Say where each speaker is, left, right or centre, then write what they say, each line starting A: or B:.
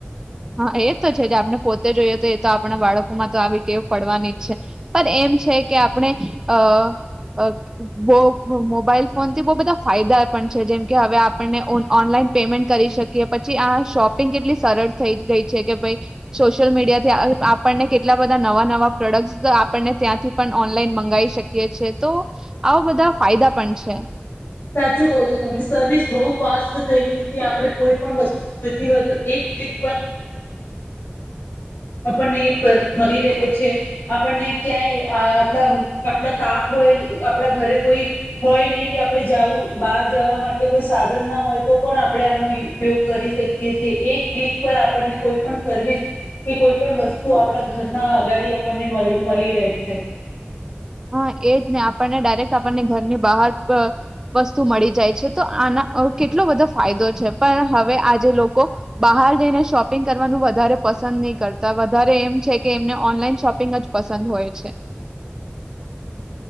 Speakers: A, on the right; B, on the left.
A: હા એ તો છે જે આપણે પોતે જોઈએ તો એ તો આપણા બાળકો માં તો આવી ટેવ પડવાની જ છે. પણ એમ છે કે આપણે અ અ બહ મોબાઈલ ફોનથી બહુ બધા ફાયદા પણ છે જેમકે હવે આપણને ઓનલાઈન પેમેન્ટ કરી શકીએ પછી આ શોપિંગ કેટલી સરળ. થઈ ગઈ છે કે ભાઈ સોશિયલ મીડિયાથી આપણને કેટલા બધા નવા નવા પ્રોડક્ટ આપણને ત્યાંથી પણ ઓનલાઈન મંગાવી શકીએ છેએ તો આવા બધા ફાયદા પણ છે.
B: સાચું કહો છો તમે સર્વિસ બહુ ફાસ્ટ થઈ ગઈ છે આપણે કોઈ પણ વસ્તુતી હોય તો એક આપણને મળી રહે છે આપણને ક્યાંય આટલા આટલા તાપ હોય આપડા ઘરે કોઈ હોય નહ કે. આપણે જવું બહાર જવા માટે કોઈ સાધન ના હોય તો પણ આપણે આનો ઉપયોગ કરી શકીએ છેએ એક ક્લિક પર આપણને કોઈ પણ સર્વિસ કે કોઈ પણ વસ્તુ આપણા ઘરના અગાડી આપણને મળ મળી રહે છે.
A: હા એજને આપણને ડાયરેક્ટ આપણને ઘરની બહાર બ વસ્તુ મળી જાય છે, તો આના અ કેટલો બધો ફાયદો છે. પણ હવે આજે લોકો બહાર જઈને શોપિંગ કરવાનું વધારે પસંદ નહી કરતા વધારે એમ છે કે એમને ઓનલાઈન શોપિંગ જ પસંદ હોય છે.